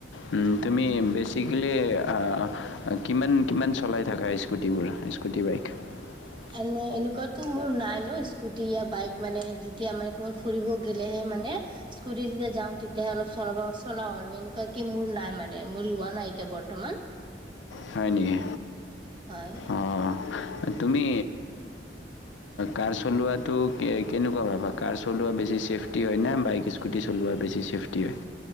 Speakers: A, on the left (about 85°); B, on the right (about 25°).
A: উম। তুমি বেছিকেলি অ কিমান কিমান চলাই থাকা স্কুটিবোৰ স্কুটি বাইক? উ <inaudible>
B: এনেই এনেকুৱা, ত' মোৰ নাই ন স্কুটি বাইক মানে যেতিয়া মানে কবাত ফুৰিব গলেহে মানে, স্কুটি যেতিয়া যাওঁ, তেতিয়াহে অলপ চল চলাও আৰু এনেকুৱা কি মোৰ নাই মানে মোৰ লোৱা নাই এতিয়া বৰ্তমান।
A: হয় নেকি।
B: হয়।
A: অঁ। তুমি কাৰ চলোৱাটো কেনেকুৱাভাবা। কাৰ চলোৱা বেছি ছেফটি হয় ন, বাইক স্কুটি চলোৱা বেছি চেফটি হয়।